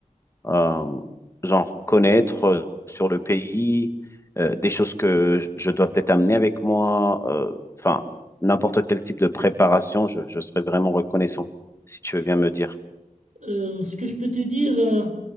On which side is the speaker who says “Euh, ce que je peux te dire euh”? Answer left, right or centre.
Right